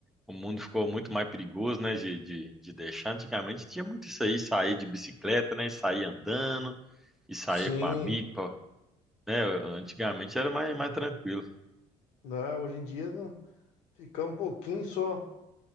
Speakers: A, in the centre; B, on the left (about 85°).
A: o mundo ficou muito mais perigoso, né, de, de, de deixar. Antigamente tinha muito isso aí, sair de bicicleta, né, e sair andando, e sair
B: Sim.
A: com amigo, pra- né, antigamente era mais, mais tranquilo.
B: Não, hoje em dia. não. Ficar um pouquinho só